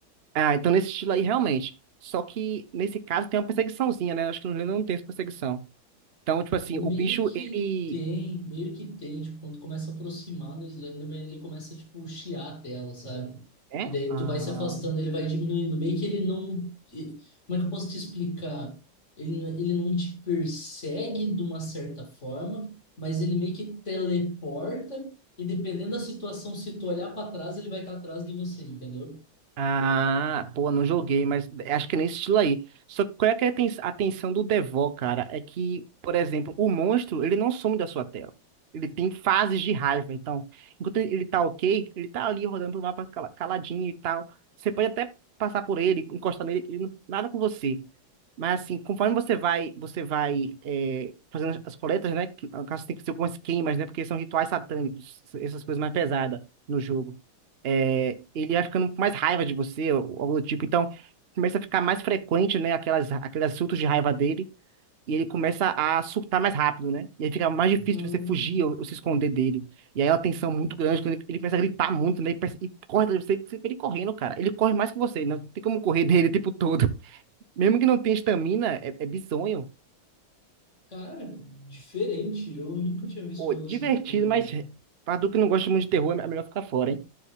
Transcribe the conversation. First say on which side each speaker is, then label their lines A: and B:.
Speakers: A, on the right; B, on the left.
A: Ah, então nesse estilo aí, realmente, só que nesse caso tem uma perseguiçãozinha, né, acho que no Lenda não tem essa perseguição, Então, tipo assim,
B: Meio
A: o bicho,
B: que
A: ele,
B: tem, meio que tem, tipo, quando começa a aproximar no Slenderman, ele começa, tipo, chiar a tela, sabe?
A: né?
B: E daí
A: ah,
B: tu vai se afastando, ele vai diminuindo, meio que ele não, e- como é que eu posso te explicar? Ele, n- ele não te persegue de uma certa forma, mas ele meio que teleporta, e dependendo da situação, se tu olhar para trás, ele vai estar atrás de você, entendeu?
A: Ah, pô, não joguei, mas acho que é nesse estilo aí. Só que qual é que é a ten- a tensão do Devor, cara? É que, por exemplo, o monstro, ele não some da sua tela. Ele tem fases de raiva, então, enquanto ele tá ok, ele tá ali rodando pro mapa cala- caladinho e tal. Você pode até passar por ele, encostar nele, ele não- nada com você. Mas assim, conforme você vai, você vai é, fazendo as coletas, né? Que, no caso, tem que ser algumas queimas, né? Porque são rituais satânicos, essas coisas mais pesadas no jogo é, ele vai ficando com mais raiva de você, ou algo do tipo. Então, começa a ficar mais frequente, né, aquelas, aqueles surtos de raiva dele, e ele começa a surtar mais rápido, né? E aí fica mais difícil
B: Hum,
A: de você fugir ou, ou se esconder dele. E aí é uma tensão muito grande, quando ele, ele começa a gritar muito, né? E, perce- e corre atrás de você, você vê ele correndo, cara. Ele corre mais que você, não tem como correr <laughs> dele o tempo todo. <laughs> Mesmo que não tenha estamina, é, é bizonho.
B: cara, diferente, eu nunca tinha visto
A: Pô,
B: algo
A: divertido,
B: assim, tipo...
A: mas pra tu que não gosta muito de terror, é melhor ficar fora, hein?